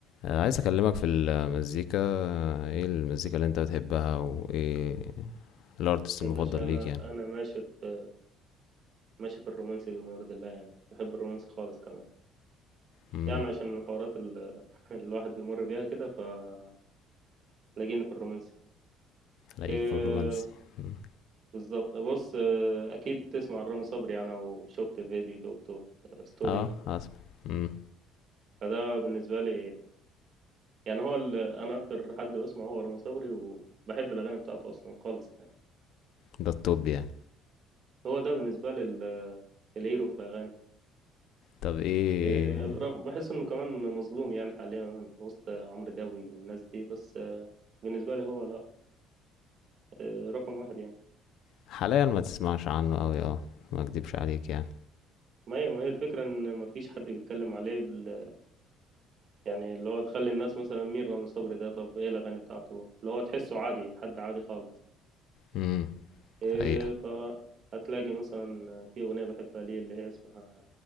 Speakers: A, on the left; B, on the right.
A: آه، عايز اكلمك في المزيكا آه، ايه المزيكا اللي انت بتحبها وايه الارتست المفضل
B: يا باشا انا
A: ليك يعني
B: انا ماشي في ماشي في الرومانسي بما يرضي الله يعني بحب الرومانسي خالص كمان
A: امم
B: يعني عشان الحوارات ال- <laughs> الواحد بيمر بيها كده فتلاقيني في الرومانسي
A: الاقيك
B: إيه
A: في الرومانسي مم.
B: بالظبط بص آه، اكيد تسمع عن رامي صبري يعني او شفت فيديو شفته في ستوري
A: اه اسمع امم
B: فده بالنسبه لي يعني هو ال- انا اكتر حد بسمع هو رامي صبري وبحب الاغاني بتاعته اصلا خالص يعني
A: ده التوب يعني
B: هو ده بالنسبه لي ال- الهيرو في الاغاني
A: طب ايه
B: إيه، برغم بحس انه كمان مظلوم يعني حاليا وسط عمرو دياب والناس دي بس آه، بالنسبة لي هو لا آه، رقم واحد يعني
A: حاليا ما تسمعش عنه قوي اه ما اكدبش عليك يعني
B: ما هي ما هي الفكرة ان ما فيش حد بيتكلم عليه بال... يعني اللي هو تخلي الناس مثلا مين رامي صبري ده طب ايه الاغاني بتاعته اللي هو تحسه عادي حد عادي خالص
A: امم
B: إيه
A: حقيقة
B: فهتلاقي مثلا في اغنية بحبها ليه اللي هي اسمها